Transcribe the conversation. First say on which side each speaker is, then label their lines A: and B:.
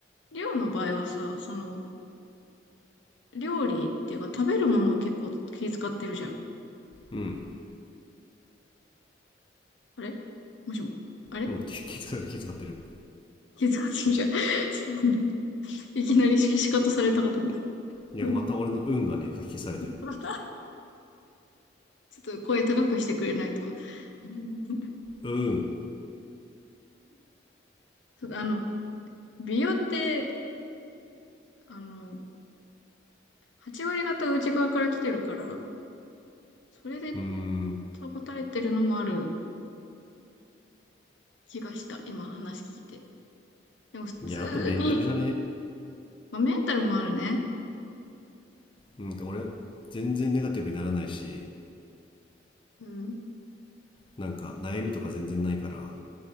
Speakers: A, on the left (about 85°); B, on the left (about 25°).
A: りょうの場合はさ、その、料理っていうか、食べるものを結構気遣ってるじゃん。
B: うん。
A: あれもしも、あれ
B: うん、気気遣う気遣ってる。
A: 気遣ってるじゃん。<laughs> いきなりし仕方されたかと思
B: いや、また俺の運がね、
A: っ
B: 書き消されてる。
A: た。<laughs> ちょっと声高くしてくれないと。<laughs>
B: うん。
A: そうあの、美容って、あの、8割方内側から来てるから、それで
B: うーん。
A: 保たれてるのもある気がした。今話聞いて。でも普通に、
B: いや、あとメンタルじゃね
A: まあ、メンタルもあるね。
B: なん、か俺全然ネガティブにならないし
A: うん。
B: なんか悩みとか全然ないから